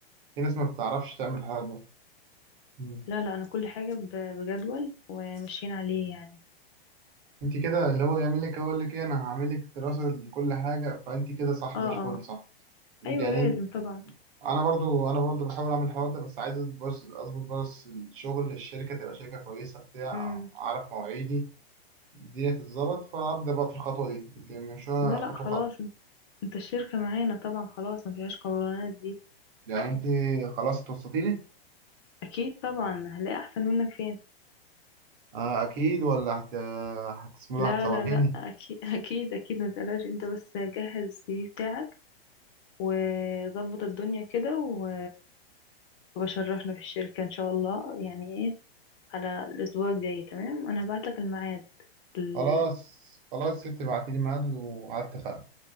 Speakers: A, on the right; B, on the left.
A: في ناس ما بتعرفش تعمل الحوار ده مم.
B: لا لا انا كل حاجة ب- بجدول وماشيين عليه يعني
A: انت كده اللي هو يعمل لك يقول لك ايه انا هعمل لك دراسه لكل حاجه فانت كده صح
B: اه
A: زي الفل
B: اه
A: صح يعني
B: ايوه لازم طبعا
A: انا برضو انا برضو بحاول اعمل الحوار ده بس عايز اظبط بس اظبط بس الشغل الشركه تبقى شركه كويسه بتاع
B: امم
A: اعرف مواعيدي الدنيا تتظبط فابدا بقى في الخطوه دي انت ماشيه
B: لا لا
A: خطوه
B: خلاص
A: خطوه
B: انت الشركة معانا طبعا خلاص ما فيهاش قولانات دي
A: يعني انت خلاص توصلتي لي
B: اكيد طبعا هنلاقي احسن منك فين
A: آه اكيد ولا هت هتسمو ده
B: لا
A: هتسوحيني
B: لا لا اكيد <laughs> اكيد اكيد ما تقلقش انت بس جهز السي في بتاعك وظبط الدنيا كده و- وبشرفنا في الشركة ان شاء الله يعني إيه؟ على الأسبوع الجاي تمام أنا هبعتلك الميعاد ال...
A: خلاص خلاص ست ابعتي لي ميعاد وعلى اتفقنا